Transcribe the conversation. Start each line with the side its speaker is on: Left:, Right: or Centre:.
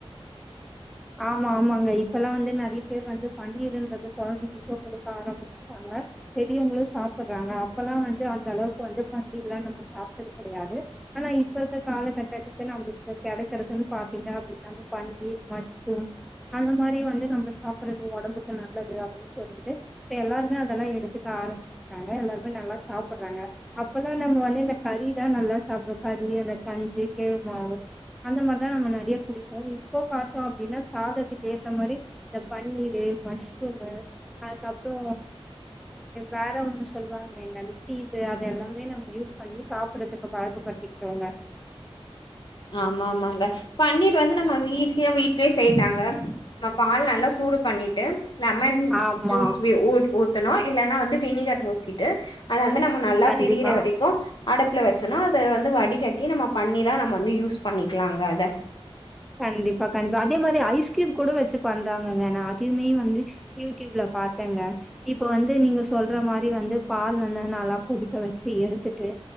Left: <unintelligible>
Centre: ஆமா ஆமாங்க இப்பெல்லா வந்து நெறய பேர் வந்து பன்னீருன்றது கொழந்தைகளுக்கு குடுக்க ஆரம்பிச்சட்டாங்க பெரியவங்களு சாப்புறாங்க அப்பல்லா வந்து அந்த அளவுக்கு வந்து பன்னீர்லா நம்ம சாப்றது கெடயாது ஆனா இப்ப இருக்க காலகட்டத்துக்கு நம்மளுக்கு கெடைக்குறதுன்னு பாத்தீங்க அப்டின்னா பன்னீர் மாரி அந்த மாரி வந்து நம்ம சாப்றது ஒடம்புக்கு நல்லது அப்டின் சொல்லிட்டு இப்ப எல்லாருமே அதெல்லா எடுத்துக்க ஆரம்பிச்சிட்டாங்க எல்லாருமே நல்லா சாப்புறாங்க அப்பல்லா நம்ம வந்து இந்த கறிதா நல்லா சாப்புட்றோ கறி அந்த கஞ்சி கேவு மாவு அந்த மாரிதா நம்ம நெறய குடிப்போ இப்போ பாத்தா அப்டின்னா சாதத்துக்கு ஏத்த மாரி இந்த பன்னீரு மஷ்ரூமு அதுக்கப்றோ வேற ஒன்னு சொல்லுவாங்கலைங்க அந்த சீஸு அது எல்லாமே நம்ம யூஸ் பண்ணி சாப்பறதுக்கு பழக்கப்படுத்திடோங்க
Left: ஆமா ஆமாங்க பன்னீர் வந்து நம்ம ஈசியா வீட்லயே செய்யலாங்க நம்ம பால் நல்லா சூடு பண்ணிட்டு லெமன்
Centre: ஆமா
Left: ஜூஸ் ஊத்தணு இல்லன்னா வந்து வினிகர் ஊத்திட்டு அத வந்து நம்ம நல்லா
Centre: கண்டிப்பா
Left: திரியிற வரைக்கு அடுப்புல வச்சுறனு அது வந்து வ பிடிக்காட்டி நம்ம பன்னீரா நம்ம வந்து யூஸ் பண்ணிக்கலாங்க அத
Centre: கண்டிப்பா கண்டிப்பா அதே மாரி ஐஸ் க்யூப் கூட வச்சு பண்றாங்கங்க நா அதையுமே வந்து யூடியூப்ல பார்த்தேங்க இப்ப வந்து நீங்க சொல்ற மாரி வந்து பால் வந்து நல்லா கொதிக்க வச்சு எடுத்துட்டு